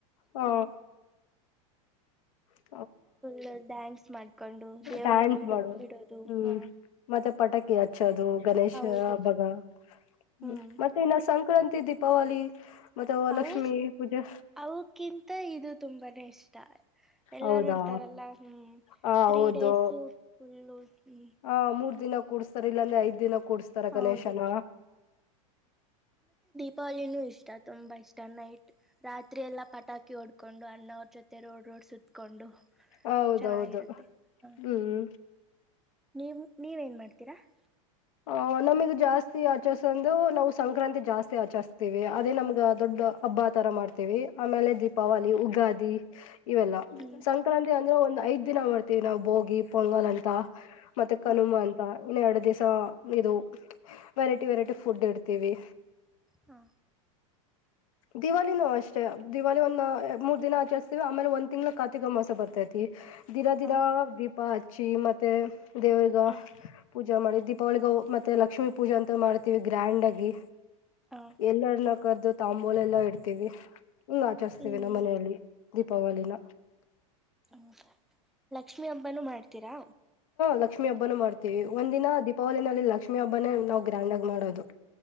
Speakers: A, on the left; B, in the centre.
A: ಹಾ
B: ಅಲ್ಲಿ
A: <unintelligible>
B: ಫುಲ್ ಡ್ಯಾನ್ಸ್ ಮಾಡ್ಕೊಂಡು ದೇವ್ರನ್ನ
A: ಡ್ಯಾನ್ಸ್
B: ಬಿಡ
A: ಮಾಡು
B: ಬಿಡೋದು
A: ಹ್ಮ್
B: ಹಾ
A: ಮತ್ತೆ ಪಟಾಕಿ ಹಚ್ಚದು ಗಣೇಶಬ್ಬಗ
B: ಹೌದು ಹ್ಮ್
A: ಹ್ಮ ಮತ್ತೆ ಇನ್ನ ಸಂಕ್ರಾಂತಿ ದೀಪಾವಳಿ ಮತ್ತೆ
B: ಅವು
A: ಲಕ್ಷ್ಮಿ ಪೂಜೆ
B: ಅವಕ್ಕಿಂತ ಇದು ತುಂಬಾನೇ ಇಷ್ಟ ಎಲ್ಲಾರು
A: ಹೌದಾ
B: ಇಡ್ತಾರಲ್ಲಾ ಹ್ಮ್
A: ಹ
B: ತ್ರೀ
A: ಹೌದು
B: ಡೇಸ ಫುಲ್ಲು ಹ್ಮ
A: ಹ ಮೂರ್ ದಿನ ಕೂಡ್ಸ್ತಾರ ಇಲ್ಲಾಂದ್ರೆ ಐದ ದಿನ ಕೂಡಸ್ತಾರ
B: ಹೌದು
A: ಗಣೇಶನ
B: ದೀಪವಳಿನೂ ಇಷ್ಟ ತುಂಬಾ ಇಷ್ಟ ನೈಟ್ ರಾತ್ರಿ ಎಲ್ಲಾ ಪಟಾಕಿ <unintelligible> ಕ್ಕಿ ಓಡ್ಕೊಂಡು ಅಣ್ಣ ಅವ್ರ ಜೊತೆ ರೋಡ್ ರೋಡ್ ಸುತ್ಕೊಂಡು
A: ಹೌದೌದು
B: ಚೆನ್ನಾಗಿರುತ್ತೆ ಹ
A: ಹ್ಮ್
B: ನೀವು ನೀವೇನ್ ಮಾಡ್ತೀರಾ <inaudible>
A: ಆ ನಮಗ್ ಜಾಸ್ತಿ ಆಚರಿಸಂದು ನಾವು ಸಂಕ್ರಾಿ ಜಾಸ್ತಿ ಆಚರಿಸತೀವಿ ಅದೇ ನಮ್ಗ ದೊಡ್ಡ ಹಬ್ಬ ಬಾ ತರ ಮಾಡ್ತೇವಿ ಆಮೇಲೆ ದೀಪಾವಳಿ ಉಗಾದಿ ಇವೆಲ್ಲ
B: ಹ್ಮ್
A: ಸಂಕ್ರಾಂತಿ ಅಂದ್ರೆ ಒಂದ್ ಐದ್ ದಿನ ಮಾಡ್ತೀವಿ ನಾವವು ಬೋಗಿ ಪೊಂಗಲ್ ಅಂತ ಮತ್ತೆ ಕನುಮಾ
B: ಹಾಂ
A: ಅಂತ ಇನ್ನು ಎರಡು ದಿವಸ ಇದು ವೆರೈಟಿ ವೆರೈಟಿ ಫುಡ್ ಇಡ್ತೀವಿ
B: ಹಾ
A: ದಿವಾಳಿಿನ ಅಷ್ಟೇ ದಿವಳಿ ಒಂದ ಮೂರ್ ದಿನ ಆಚರಿಸಸ್ತವಿ ಆಮೇಲೆ ಒಂದ್ ತಿಂಗ್ ಕಾರ್ತಿಕ ಮಾಸ ಬರ್ತೈತಿ ದಿನ ದಿನಾ
B: ಹಾಂ
A: ದೀಪ ಹಚ್ಚಿ ಮತ್ತೆ ದೇವರ್ಗ
B: ಹ್ಮ್
A: ಪೂಜಾ ಮಾಡಿ ದೀಪ ದಪಾವಳಿಗ ಮತ್ತೆ ಲಕ್ಷ್ಮೀ ಪೂಜೆ ಅಂತ ಮಾಡ್ತೀವಿ ಗ್ರ್ಯಾಂಡ್ ಆಗಿ
B: ಹಾಂ
A: ಎಲ್ಲರನ್ನ ಕರೆದು ತಾಂಬೂಲೆ ಎಲ್ಲಾ ಇಡ್ತೀವಿ ಆಚಾಸ್ತೇವಿ
B: ಹ್ಮ್
A: ನಮ್ಮ ಮನೆಯಲ್ಲಿ ದೀಪಾವಳಿನ
B: ಹೌದ ಲಕ್ಷ್ಮಿ ಹಬ್ಬನುೂ ಮಾಡ್ತೀರಾ
A: ಲಕ್ಷ್ಮೀ ಹಬ್ಬನ ಮಾಡ್ತೀವಿ ಒಂದ ದಿನ ದೀಪಾವಳಿನಲ್ಲಿ ಲಕ್ಷ್ಮಿ ಹಬ್ಬನೇ ನಾವು ಗ್ರ್ಯಾಂಡ್ ಆಗಿ ಮಾಡೋದು